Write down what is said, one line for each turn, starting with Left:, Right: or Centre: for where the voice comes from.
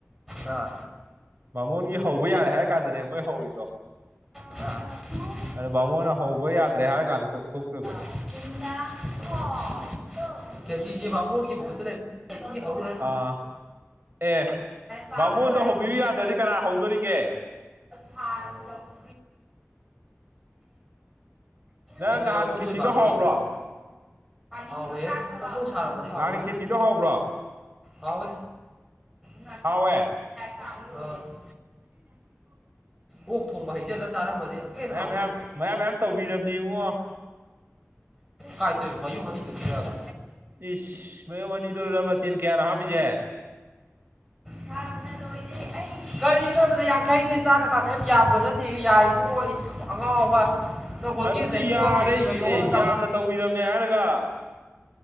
Centre: ꯑꯥ
Right: ꯕꯥꯃꯣꯟꯒꯤ ꯍꯧꯕ ꯌꯥꯔꯦ ꯍꯥꯏꯔ ꯀꯥꯟꯗꯅꯦ ꯃꯣꯏ ꯍꯧꯔꯤꯗꯣ꯫
Centre: ꯑꯥ
Right: ꯑꯗꯣ ꯕꯥꯃꯣꯟꯅ ꯍꯧꯕ ꯌꯥꯗ꯭ꯔꯦ ꯍꯥꯏꯔ ꯀꯥꯟꯗ ꯇꯣꯛꯊꯣꯛꯇꯣꯏꯕ
Centre: ꯅ ꯑꯣ <inaudible> ꯀꯁꯤ ꯌꯦꯦꯥꯕꯥꯕꯨ ꯍꯔꯒꯛꯇ ꯆ ꯂꯩ <unintelligible> ꯍ <unintelligible>
Right: ꯑꯥ ꯑꯦ
Centre: ꯄꯥꯕ
Right: ꯕꯥꯃꯣꯟꯗ
Centre: ꯂꯣꯏꯔꯦ
Right: ꯍꯧꯕꯤꯌꯨ ꯌꯥꯗ꯭ꯔꯗꯤ ꯀꯅꯥ ꯍꯧꯗꯣꯔꯤꯒꯦ
Centre: ꯐ <inaudible>
Right: ꯅꯪ
Centre: ꯈꯦꯆꯤ
Right: ꯅꯍꯥꯟ
Centre: ꯍꯧꯕ
Right: ꯈꯦꯆꯤꯗꯣ
Centre: ꯅꯣꯏꯕꯥꯖꯨ
Right: ꯍꯥꯎꯕ꯭ꯔꯣ
Centre: ꯍꯩꯗꯨꯕꯣ ꯍꯥꯎꯋꯦ ꯐꯪꯐꯡ ꯁꯥꯔꯝꯝꯗꯤ
Right: ꯅꯍꯥꯟꯒꯤ
Centre: ꯍꯥꯎꯅꯤ
Right: ꯈꯦꯆꯤꯗꯣ ꯍꯥꯎꯕ꯭ꯔꯣ
Centre: ꯍꯥꯎꯋꯦ ꯑ <inaudible>
Right: ꯍꯧꯋꯦ
Centre: ꯑ
Right: <unintelligible>
Centre: ꯑꯣꯛ ꯊꯣꯡꯕ ꯍꯩꯖꯤꯜꯂꯒ ꯆꯥꯔꯝꯕꯗꯤ ꯑꯃꯨꯀ ꯍꯦꯟꯅ
Right: ꯃꯌꯥꯝ
Centre: ꯍꯥꯎꯅꯤ
Right: ꯃꯌꯥꯝ ꯃꯌꯥꯝ ꯃꯌꯥꯝ ꯇꯧꯕꯤꯔꯕꯅꯤ ꯏꯕꯨꯡꯉꯣ
Centre: ꯀꯥꯏ ꯇꯣꯏꯕ ꯃꯌꯨꯝ ꯑꯅꯤꯈꯛ ꯄꯤꯔꯛꯑꯒ
Right: ꯏꯁ ꯃꯌꯣꯝ ꯑꯅꯤꯗꯨꯗ ꯃꯊꯦꯟ ꯀꯌꯥꯅꯣ ꯍꯥꯞꯄꯤꯁꯦ
Centre: ꯁꯥꯕꯅ ꯂꯣꯏꯔꯦ
Right: ꯎ
Centre: ꯀꯔꯤꯅꯣꯗꯅ ꯌꯥꯡꯈꯩꯗꯤ ꯆꯥꯛ ꯀꯀꯥ ꯀꯩꯝ ꯌꯥꯝꯕꯗꯗꯤ ꯌꯥꯏꯔꯣ ꯑꯉꯥꯎꯕ ꯍꯣꯇꯜꯗ
Right: ꯑꯗꯨꯅꯤ
Centre: ꯇꯣ
Right: ꯌꯥꯔꯦ
Centre: ꯈꯦꯇꯤ ꯃ
Right: ꯑꯦ
Centre: ꯆ
Right: ꯌꯥꯝꯅ ꯇꯧꯕꯤꯔꯕꯅꯦ ꯍꯥꯏꯔꯒ